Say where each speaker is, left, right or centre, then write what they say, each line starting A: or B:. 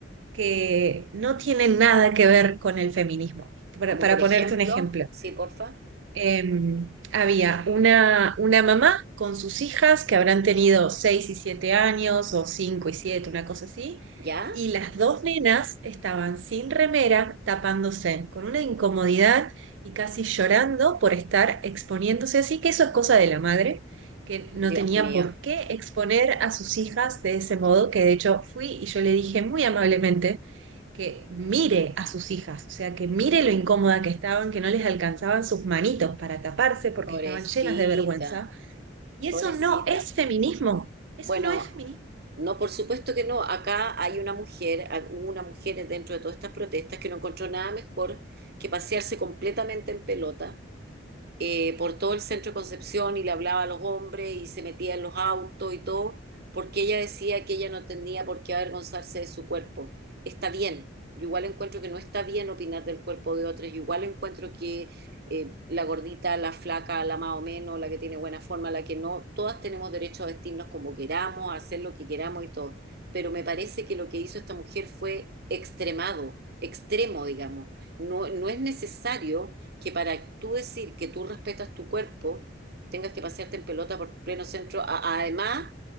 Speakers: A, on the right; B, on the right.
A: que no tienen nada que ver con el feminismo. Para,
B: Como
A: para
B: por
A: ponerte
B: ejemplo,
A: un ejemplo
B: sí, porfa,
A: em, había una, una mamá con sus hijas que habrán tenido 6 y 7 años o 5 y siete una cosa así,
B: ¿ya?
A: y las dos nenas estaban sin remera, tapándose, con una incomodidad y casi llorando por estar exponiéndose así, que eso es cosa de la madre, que no
B: Dios
A: tenía
B: mío,
A: por qué exponer a sus hijas de ese modo, que de hecho fui y yo le dije muy amablemente que mire a sus hijas, o sea, que mire lo incómoda que estaban, que no les alcanzaban sus manitos para taparse porque
B: pobrecita,
A: estaban llenas de vergüenza. Y
B: pobrecita.
A: eso no es feminismo, eso
B: Bueno,
A: no es feminismo.
B: No, por supuesto que no. Acá hay una mujer, hay- hubo una mujer dentro de todas estas protestas que no encontró nada mejor que pasearse completamente en pelota eh, por todo el centro de Concepción y le hablaba a los hombres y se metía en los autos y todo, porque ella decía que ella no tenía por qué avergonzarse de su cuerpo. Está bien, yo igual encuentro que no está bien opinar del cuerpo de otros, yo igual encuentro que eh, la gordita, la flaca, la más o menos, la que tiene buena forma, la que no, todas tenemos derecho a vestirnos como queramos, a hacer lo que queramos y todo. Pero me parece que lo que hizo esta mujer fue extremado, extremo, digamos. No, no es necesario que para tú decir que tú respetas tu cuerpo, tengas que pasearte en pelota por pleno centro, a- a- además